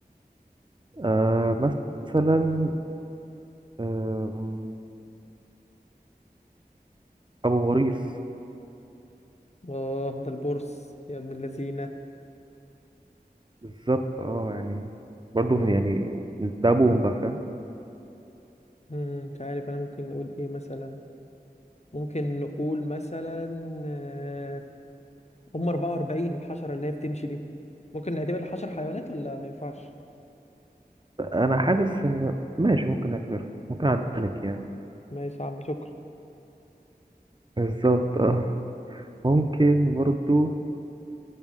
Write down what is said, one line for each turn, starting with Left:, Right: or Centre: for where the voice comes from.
Right: آه مثلا آه ابو غريس
Left: اه ده البورس يا ابن اللذينة
Right: بالظبط اه يعني برضو من يعني ده ابوهم بقى فاهم
Left: مم، مش عارف أنا ممكن نقول إيه مثلا ممكن نقول مثلا آه، هم 44 الحشرة اللي هي بتمشي دي ممكن نعتبر الحشر حيوانات ولا ما ينفعش
Right: انا حاسس ان ماشي ممكن نعتبرها ممكن اعدها لك يعني
Left: ماشي يا عم شكرا
Right: بالظبط اه ممكن برضو